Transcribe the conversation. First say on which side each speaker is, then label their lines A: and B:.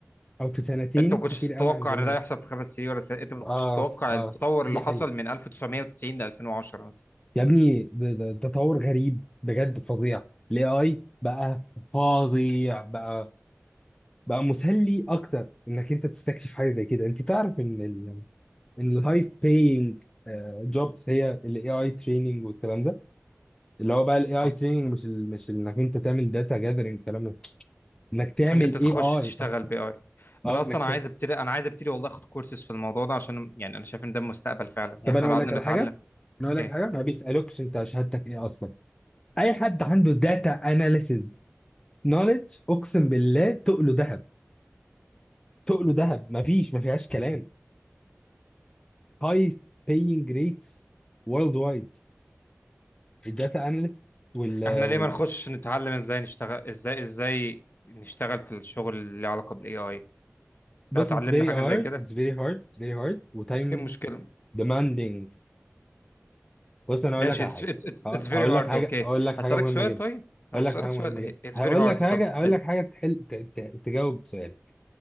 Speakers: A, on the left; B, on the left.
A: او في سنتين
B: أنت ما كنتش
A: كتير قوي
B: تتوقع
A: عن زمان
B: إن ده يحصل في خمس سنين ولا سنة أنت ما كنتش
A: اه
B: تتوقع
A: اه
B: التطور اللي
A: دي
B: حصل
A: حقيقة
B: من 1990 ل 2010 مثلا
A: يا ابني ده ده ده تطور غريب بجد فظيع الاي اي بقى فظيع بقى بقى مسلي اكتر انك انت تستكشف حاجه زي كده انت تعرف ان ال ان الهايست باينج جوبز هي الاي اي تريننج والكلام ده اللي هو بقى الاي
B: اه
A: اي تريننج مش ال مش انك انت تعمل داتا جاذرنج الكلام ده انك تعمل
B: إن أنت تخش
A: اي اي
B: تشتغل
A: اصلا
B: بي آي
A: اه
B: انا اصلا
A: انك تعمل
B: عايز ابتدي انا عايز ابتدي والله اخد كورسز في الموضوع ده عشان يعني انا شايف ان ده المستقبل فعلا يعني
A: طب
B: احنا
A: انا اقول
B: لو قعدنا
A: لك على
B: نتعلم
A: حاجه انا اقول لك
B: ايه
A: حاجه ما بيسالوكش انت شهادتك ايه اصلا اي حد عنده داتا اناليسز نوليدج اقسم بالله تقله ذهب تقله ذهب مفيش ما فيهاش كلام هايست paying rates world wide الداتا اناليست وال
B: احنا ليه
A: وال
B: ما نخش نتعلم ازاي نشتغل ازاي ازاي نشتغل في الشغل اللي له علاقه بالاي اي
A: بص
B: لو اتعلمنا
A: it's very
B: حاجه
A: hard
B: زي كده
A: it's very hard it's very hard وتايم
B: ايه المشكله
A: demanding بص انا هقول
B: ماشي
A: لك على
B: اتس
A: حاجه
B: اتس اتس
A: ه-
B: اتس فيري
A: هقول
B: هارد
A: لك حاجه
B: اوكي
A: هقول لك حاجه
B: هسألك
A: مهمه
B: سؤال
A: جدا
B: طيب هسألك
A: هقول لك حاجه
B: سؤال
A: مهمه جدا
B: اتس
A: هقول
B: فيري هارد
A: لك حاجه
B: طب
A: هقول
B: ال-
A: لك حاجه تحل ت- ت- تجاوب سؤالك